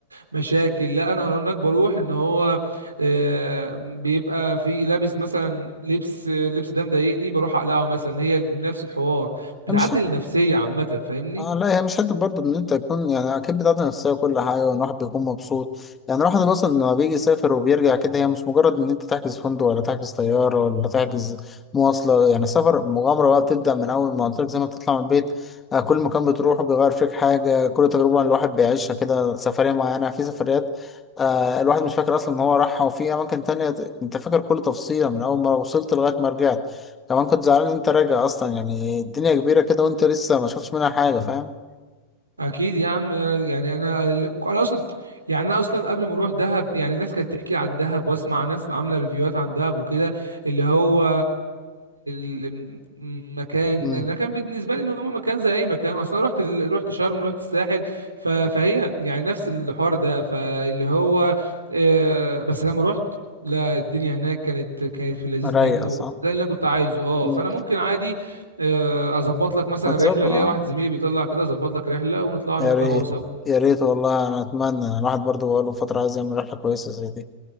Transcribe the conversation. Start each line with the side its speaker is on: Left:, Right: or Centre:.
Right: كمشاكل لا انا هناك بروح ان هو آه، بيبقى في لابس مثلا لبس لبس ده مضايقني بروح اقلعه مثلا هي نفس الحوار بتعدل
Left: مش
Right: النفسيه عامه فاهمني
Left: اه لا هي مش حته برضه ان انت تكون يعني اكيد بتاعت نفسيه وكل حاجه وان الواحد بيكون مبسوط يعني الواحد مثلا لما بيجي يسافر وبيرجع كده هي مش مجرد ان انت تحجز فندق ولا تحجز طياره ولا تحجز مواصله يعني السفر مغامره بقى بتبدا من اول ما قلت لك زي ما بتطلع من البيت آه، كل مكان بتروحه بيغير فيك حاجه كل تجربه الواحد بيعيشها كده سفريه معينه في سفريات آه الواحد مش فاكر اصلا ان هو راحها وفي اماكن تانية انت فاكر كل تفصيله من اول ما وصلت لغايه ما رجعت كمان كنت زعلان ان انت راجع اصلا يعني الدنيا كبيرة كده وانت لسه ما شفتش منها حاجة فاهم
Right: اكيد يا عم أنا- يعني انا انا اصلا يعني انا اصلا قبل ما اروح دهب يعني الناس كانت تحكي عن دهب واسمع ناس عامله ريفيوهات عن دهب وكده اللي هو المكان
Left: امم
Right: المكان بالنسبه لي ان هو مكان زي اي مكان اصلا رحت ال... رحت شرم رحت الساحل ف... فهي يعني نفس الحوار ده فاللي هو آه، بس لما رحت لا الدنيا هناك كانت كانت في اللذيذ
Left: رايقة
Right: منه
Left: صح
Right: ده اللي انا كنت عايزه اه
Left: مم.
Right: فانا ممكن عادي آه، اظبط لك مثلا
Left: ما تظبط
Right: رحله ليا
Left: اه
Right: واحد زميلي بيطلع كده اظبط لك رحله ونطلع انا
Left: يا
Right: وانت
Left: ريت
Right: وهو سوا
Left: يا ريت والله انا اتمنى الواحد برضه بقاله فترة عايز يعمل رحلة كويسة زي دي